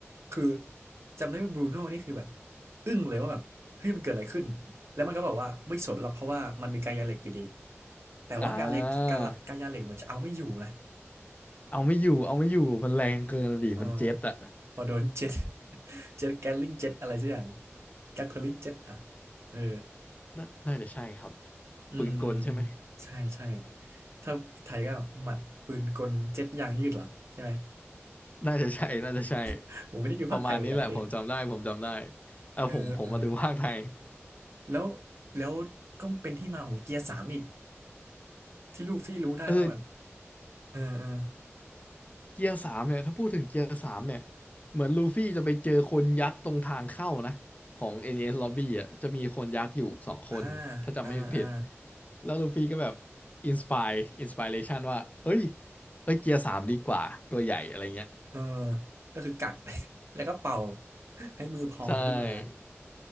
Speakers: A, on the right; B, on the left.
A: คือจำได้ว่าบรูโน่นี่คือแบบอึ้งเลยว่าแบบเฮ้ยมันเกิดอะไรขึ้นแล้วมันก็บอกว่าไม่สนหรอกเพราะว่ามันมีกายาเหล็กอยู่ดีแต่ว่ากายาเหล็กกากายาเหล็กเหมือนจะเอาไม่อยู่นะ
B: อ่าเอาไม่อยู่เอาไม่อยู่มันแรงเกินอะดิมันเจ็ตอะ
A: เออพอโดน <laughs> เจ็ต <laughs> เจ็ตแกลลิงเจ็ตอะไรสักอย่างแกทเทอริงเจ็ตอ่ะเออ
B: น่าน่าจะใช่ครับ
A: อืมอืมอืมใช่ใช่
B: ปืนกลใช่ไหม
A: ถ้าไทยก็หมัดปืนกลเจ็ตยางยืดเหรอใช่ไหม
B: น่าจะใช่น่าจะใช่
A: <laughs> ผมไม่ได้ดูภาคไทยเลยกันอันนี้
B: ประมาณนี้แหละผมจำได้ผมจำได้เออผมผมมาดูภาคไทย
A: เออเออแล้วแล้วก็เป็นที่มาของเกียร์สามอีกที่ลูฟี่รู้ได้ว่าแบบ
B: เออ
A: เออเออ
B: เกียร์สามเนี่ยถ้าพูดถึงเกียร์สามเนี่ยเหมือนลูฟี่จะไปเจอคนยักษ์ตรงทางเข้านะของ NES Lobby อ่ะจะมีคนยักษ์อยู่สองคนถ้าจำไม่ผิด
A: อ่าอ่าอ่า
B: แล้วลูฟี่ก็แบบอินสปายอินสป r เ t ชันว่าเอ้ยเอ้ยเกียร์สามดีกว่าตัวใหญ่อะไรเงี้ย
A: เออก็คือกัด <laughs> แล้วก็เป่าให้มือพองขึ้นมา
B: ใช่